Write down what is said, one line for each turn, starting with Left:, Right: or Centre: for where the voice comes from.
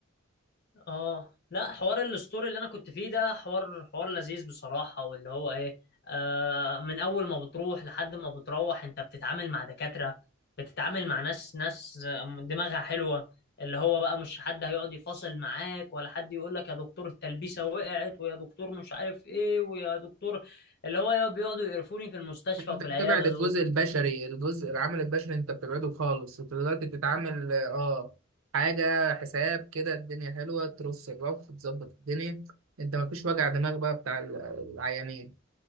Left: اه لا حوار الستوري اللي انا كنت فيه ده حوار حوار لذيذ بصراحة واللي هو ايه آه من اول ما بتروح لحد ما بتروح انت بتتعامل مع دكاترة بتتعامل مع ناس ناس دماغها حلوة اللي هو بقى مش حد هيقعد يفاصل معاك ولا حد يقول لك يا دكتور التلبيسة وقعت ويا دكتور مش عارف ايه ويا دكتور اللي هو يا- بيقعدوا يقرفوني في المستشفى
Right: انت
Left: وفي العيادة
Right: بتبعد الجزء
Left: دول
Right: البشري الجزء العامل البشري انت بتبعده خالص انت دلوقتي بتتعامل اه حاجه حساب كده الدنيا حلوه ترص الرف تظبط الدنيا انت مفيش وجع دماغ بقى بتاع ال- العيانين